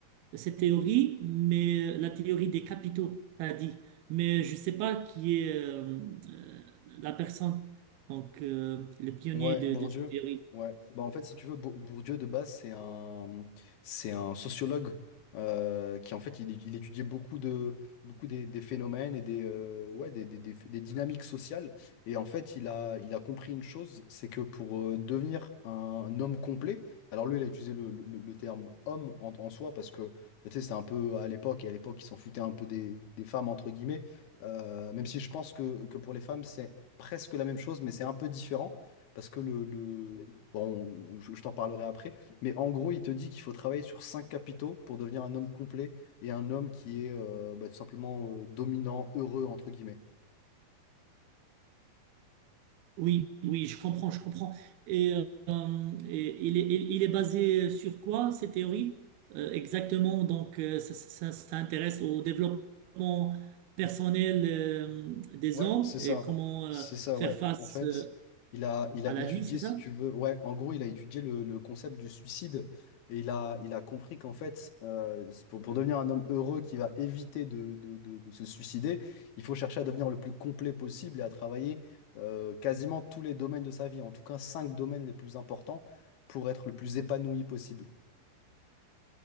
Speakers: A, on the right (about 85°); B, on the left (about 85°).
A: cette théorie, mais euh, la théorie des capitaux, t'as dit. Mais je ne sais pas qui est euh, euh, la personne, donc euh, le pionnier
B: Ouais,
A: de,
B: Bourdieu.
A: de cette théorie.
B: Ouais. Bah, en fait, si tu veux, Bour- Bourdieu, de base, c'est un, c'est un sociologue euh, qui, en fait, il, il étudiait beaucoup de, beaucoup des, des phénomènes et des, euh, ouais, des, des, des- des dynamiques sociales. Et en fait, il a, il a compris une chose, c'est que pour euh, devenir un homme complet, alors lui, il a utilisé le, le- le terme homme en, en soi parce que, bah, tu sais, c'était un peu à l'époque, et à l'époque, il s'en foutait un peu des, des femmes, entre guillemets, Euh, même si je pense que, que pour les femmes, c'est presque la même chose, mais c'est un peu différent parce que le, le- bon, je, je t'en parlerai après, mais en gros, il te dit qu'il faut travailler sur cinq capitaux pour devenir un homme complet et un homme qui est euh, bah, tout simplement euh, dominant, heureux, entre guillemets.
A: Oui, oui, je comprends, je comprends. Et, euh, et il est, il il est basé sur quoi, cette théorie? Euh, exactement, donc euh, ça, ça- ça intéresse au développement personnel euh, des
B: Ouais,
A: hommes
B: c'est ça.
A: et comment euh,
B: C'est ça,
A: faire
B: ouais.
A: face.
B: En fait,
A: euh,
B: il a, il a
A: À la
B: étudié,
A: vie, c'est
B: si
A: ça?
B: tu veux, ouais, en gros, il a étudié le, le concept du suicide et il a, il a compris qu'en fait, euh, c'est pour, pour devenir un homme heureux qui va éviter de, de, de- de se suicider, il faut chercher à devenir le plus complet possible et à travailler euh, quasiment tous les domaines de sa vie, en tout cas cinq domaines les plus importants pour être le plus épanoui possible.